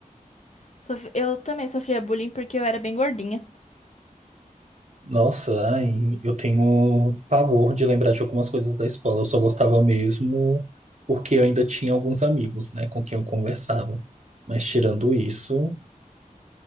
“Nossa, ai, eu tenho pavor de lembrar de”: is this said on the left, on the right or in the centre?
Right